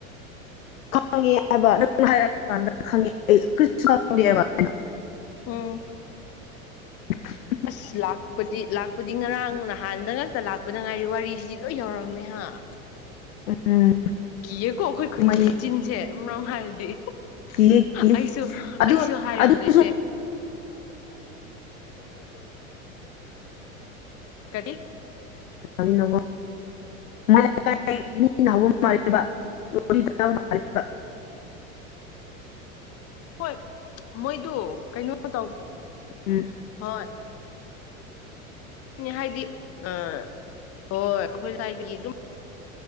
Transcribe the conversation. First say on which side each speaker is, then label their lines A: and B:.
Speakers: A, on the left; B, on the left.
A: ꯈꯪꯉꯦ ꯍꯥꯏꯕ ꯅꯪ ꯍꯥꯏꯔꯛꯄ ꯀꯥꯟꯗ ꯈꯪꯉꯦ ꯑꯩ ꯀꯔꯤꯁꯨ ꯈꯪꯗꯦꯕꯩꯅ
B: ꯑꯣ
A: <inaudible>
B: ꯑꯁ ꯂꯥꯛꯄꯗꯤ ꯂꯥꯛꯄꯗꯤ ꯉꯔꯥꯡ ꯅꯍꯥꯟꯗ ꯉꯛꯇ ꯂꯥꯛꯄꯗ ꯉꯥꯏꯔꯤ ꯋꯥꯔꯤꯁꯤꯗꯤ ꯂꯣꯏ ꯌꯥꯧꯔꯝꯃꯦꯍ ꯑ
A: ꯎꯝ
B: ꯀꯤꯌꯦꯀꯣ ꯑꯩꯈꯣꯏ ꯈꯨꯟꯒꯤ
A: ꯃꯩ
B: ꯆꯤꯟꯁꯦ ꯃꯔꯝ ꯍꯥꯏꯔꯗꯤ
A: ꯀ ꯀ
B: ꯑꯩꯁꯨ
A: ꯑꯗꯨ
B: ꯑꯩꯁꯨ ꯍꯥꯏꯔꯝꯗꯣꯏꯁꯦ
A: ꯑꯗꯨ <inaudible>
B: ꯀꯔꯤ
A: ꯅꯤꯣ ꯃ ꯀ ꯔꯤꯕ
B: ꯍꯣꯏ ꯃꯣꯏꯗꯨ ꯀꯩꯅꯣ ꯇꯧꯕ
A: ꯎꯝ
B: ꯍꯣꯏ ꯅꯦ ꯍꯥꯏꯗꯤ ꯍꯣꯏ ꯑꯩꯈꯣꯏ ꯂꯥꯏꯗꯒꯤ ꯑꯗꯨꯝ